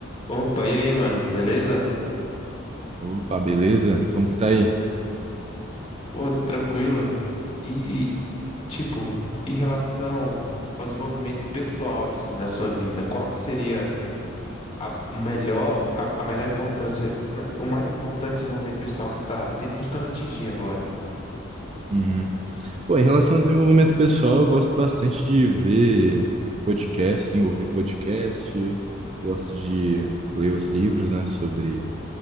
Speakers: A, on the left; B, on the right.
A: Opa, e aí, mano? Beleza?
B: Opa, beleza? Como que tá aí?
A: Pô, tá tranquilo. E, tipo, em relação ao desenvolvimento pessoal, assim, na sua vida, qual que seria a, o melhor, a, a melhor importância, na- o mais importante desenvolvimento pessoal que você tá te- buscando atingir agora?
B: Uhum. Pô, em relação ao desenvolvimento pessoal, eu gosto bastante de ver podcast, assim, ouvir podcast, gosto de ler os livros, né, sobre,